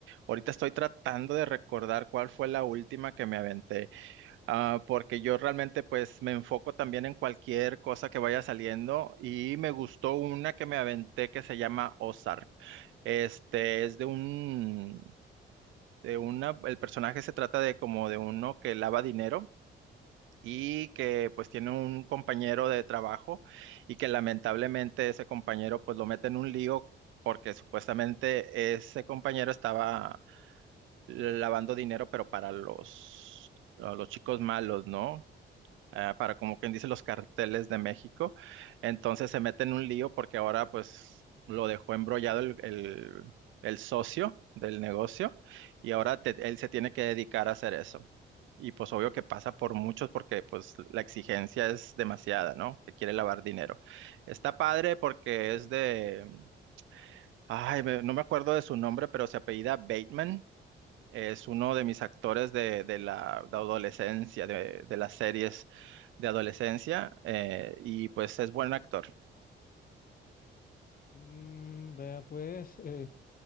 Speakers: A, on the right (about 75°); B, on the left (about 45°).
A: ahorita estoy tratando de recordar cuál fue la última que me aventé. Ah, porque yo realmente pues me enfoco también en cualquier cosa que vaya saliendo y me gustó una que me aventé que se llama Ozark. Este es de un, de una, el personaje se trata de como de uno que lava dinero y que pues tiene un compañero de trabajo y que lamentablemente ese compañero pues lo mete en un lío porque supuestamente ese compañero estaba lavando dinero pero para los, a los chicos malos, ¿no? ah, para como quien dice los carteles de México. Entonces se mete en un lío porque ahora pues lo dejó embrollado el, el- el socio del negocio y ahora te- él se tiene que dedicar a hacer eso. Y pues obvio que pasa por muchos porque pues la exigencia es demasiada, ¿no? Que quiere lavar dinero. Está padre porque es de, ay, me- no me acuerdo de su nombre, pero se apellida Bateman es uno de mis actores de, de la de adolescencia, de, de las series de adolescencia, eh, y pues es buen actor.
B: Mm, vea pues, eh,